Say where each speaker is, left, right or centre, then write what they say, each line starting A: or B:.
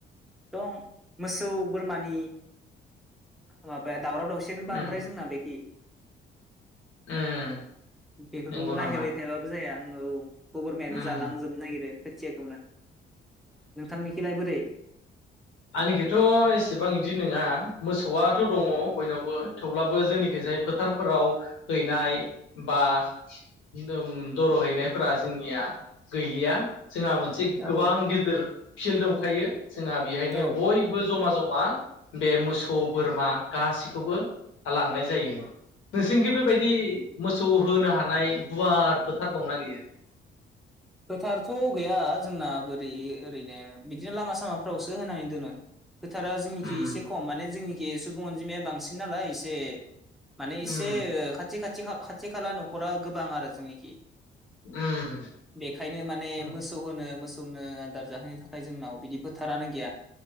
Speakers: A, in the centre; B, on the left.
A: दं मोसौ बोरमानि माबाया दाउराव दाउसियानो बांद्राय
B: उम
A: बेखि
B: उम
A: बेफोरखौ
B: नंगौ
A: नायहैबाय
B: नामा
A: थायाबाबो जाया ओं औ बोरमायानो
B: उम
A: जालांजोबनो नागिरो खोथियाखौ ला नोंथांनिखलाय बोरै
B: आंनिखिथ एसेबां बिदि नोङा मोसौआथ दङ बयनावबो थेवब्लाबो बो जोनिखि जाय फोथारफोराव हैनाय बा नोम दर हैनायफोरा जोंनिया गैलिया जोंहा मोनसे गोबां
A: औ
B: गिदिर सिलदुं खायो जोंहा नो
A: औ
B: बो जमा जमा बे मोसौ बोरमा गाैसैखौबो लांनाय जायो । नोंसिनिखि बेबायदि मो सौ होनो हानाय गुवार फोथार दंना गैया?
A: फोथारथ गैया जोंना बोरै ओरैनो बिदिनो लामा सामाफ्रावसो होनानै दोनो। फोथारा जोंनिखि
B: उम
A: एसे खम माने जोंनि ए सुबुं अनजिमाया बांसिन नालाय एसे माने इसे
B: उम
A: ओ खाथि खाथि खा खाथि खाला नखरा गोबां आरो जोंनिखि।
B: उम
A: बेखायनो माने
B: उम
A: मोसौ होनो मोसौ खौनो आदार जाहोनो थाखाय जोंनाव बिदि फोथारानो गैया।